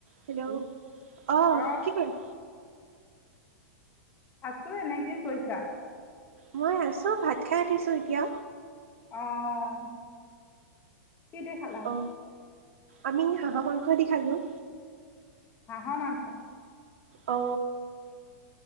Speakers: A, on the right; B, on the left.
A: Hello আহ
B: অ
A: কি কৰি
B: আছো এনেকেই কৈছা
A: মই আছোঁ ভাত খাই আতিছোঁ এতিয়া
B: আহ কে দেখালা
A: অ আমি হাঁহৰ মাংস দি খালোঁ
B: হহ মাংস
A: অ